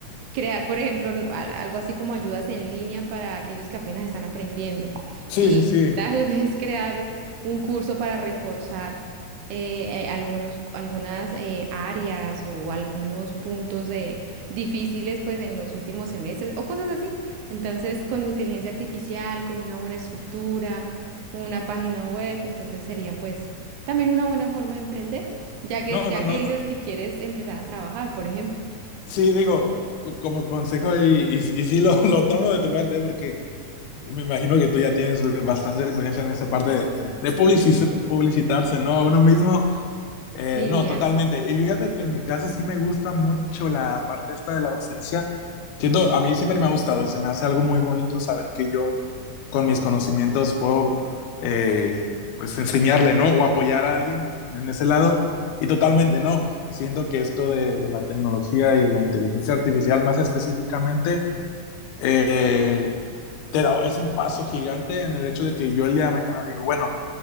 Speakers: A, on the right (about 75°); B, on the left (about 80°).
A: crear, por ejemplo, n- a- algo así como ayudas en línea para aquellos que apenas están aprendiendo
B: sí,
A: y,
B: sí, sí.
A: y tal <laughs> vez crear un curso para reforzar eh, eh, algunos, algunas eh, áreas o algunos puntos de, difíciles pues en los últimos semestres o cosas así. Entonces, con inteligencia artificial, con una buena estructura, una página web, entonces sería pues también una buena forma de emprender, ya que,
B: No,
A: ya
B: no, no.
A: que dices que quieres empezar a trabajar, por ejemplo.
B: Sí, digo, c- como consejo y, y, y sí lo, <laughs> lo, tomo de tu parte porque Me imagino que tú ya tienes bastante experiencia en esa parte de, de publici- publicitarse, ¿no? A uno mismo. Eh,
A: Sí,
B: no, totalmente.
A: algo.
B: Y fíjate que en mi caso sí me gusta mucho la parte esta de la docencia. Siento, a mí siempre me ha gustado, se me hace algo muy bonito saber que yo con mis conocimientos puedo eh, pues enseñarle, ¿no? O apoyar a alguien en, en ese lado. Y totalmente, no. Siento que esto de, de la tecnología y la inteligencia artificial más específicamente eh, te da, es un paso gigante en el hecho de que yo el día de mañana digo, bueno,